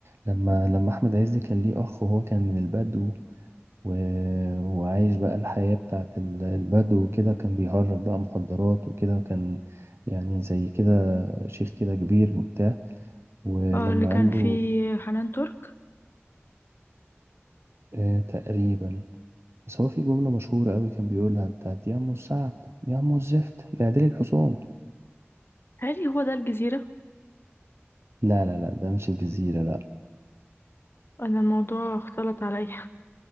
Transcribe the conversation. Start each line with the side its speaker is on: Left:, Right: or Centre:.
Right: لما لما أحمد عز كان ليه أخ وهو كان من البدو و... وعايش بقى الحياة بتاعت ال- البدو وكده كان بيهرب بقى مخدرات وكده وكان يعني زي كده شيخ كده كبير وبتاع ولما
Left: آه، اللي كان
Right: قال
Left: فيه
Right: له
Left: حنان ترك
Right: آه تقريبا بس هو في جملة مشهورة قوي كان بيقولها بتاعت يا أم السعد يا أم الزفت ده يا ديل الحصان
Left: هل هو ده الجزيرة؟
Right: لا لا لا ده مش الجزيرة لا
Left: أنا الموضوع اختلط عليا